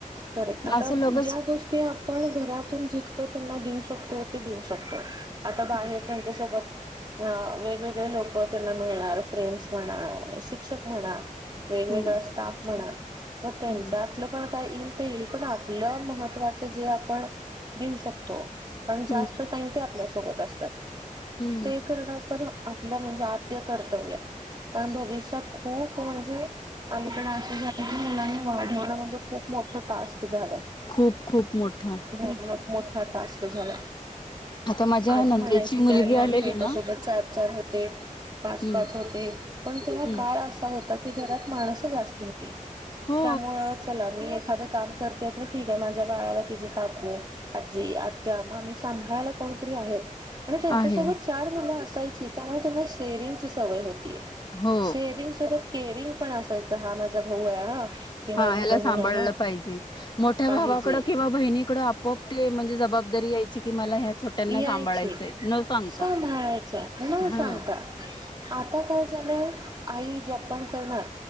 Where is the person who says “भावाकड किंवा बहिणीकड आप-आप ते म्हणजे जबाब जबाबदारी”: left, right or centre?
Left